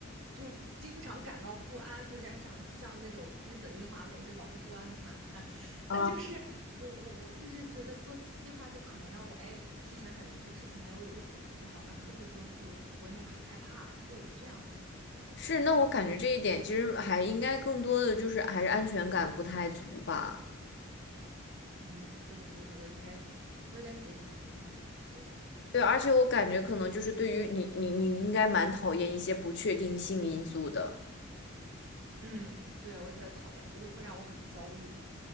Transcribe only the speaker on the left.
啊，
是，那我感觉这一点其实还应该更多的就是还是安全感不太足吧。
对，而且我感觉可能就是对于你，你你应该蛮讨厌一些不确定性因素的。